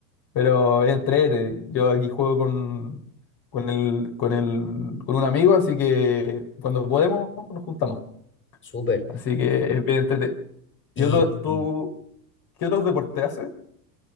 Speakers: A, on the left (about 45°); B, on the left (about 25°).
A: Pero es entrete, yo aquí juego con, con el, con el, con un amigo, así que cuando podemos nos juntamos.
B: Súper.
A: Así que es bien entrete. ¿Y
B: Y,
A: otro, tú,
B: y
A: qué otros deportes haces?